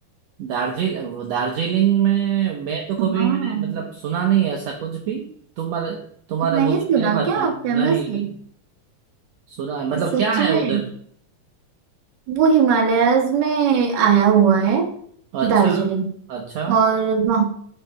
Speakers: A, on the right; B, on the right.
A: दार्जिल वो दार्जिलिंग में मैं तो कभी
B: हाँ
A: मैंने मतलब सुना नहीं है ऐसा कुछ भी तुम्हारे तुम्हारे
B: नहीं
A: मुझसे
B: सुना
A: पहली बार
B: क्या
A: सुन
B: फेमस
A: नहीं
B: है
A: सुना है मतलब
B: सच
A: क्या है
B: में
A: उधर
B: वो हिमालयाज में आया हुआ है
A: अच्छा
B: दार्जिलिंग
A: अच्छा
B: और वहाँ